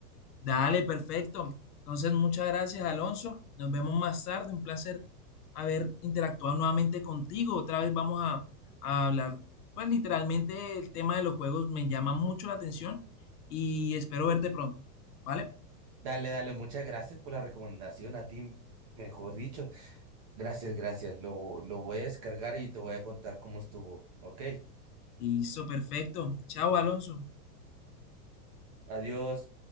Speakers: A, on the left (about 65°); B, on the right (about 25°).
A: Dale, perfecto. Entonces, muchas gracias, Alonso. Nos vemos más tarde. Un placer haber interactuado nuevamente contigo. Otra vez vamos a, a hablar, pues literalmente el tema de los juegos me llama mucho la atención y espero verte pronto. ¿Vale?
B: Dale, dale, muchas gracias por la recomendación a ti, mejor dicho. Gracias, gracias. Lo, lo voy a descargar y te voy a contar cómo estuvo, ¿ok?
A: Listo, perfecto. Chao, Alonso.
B: Adiós.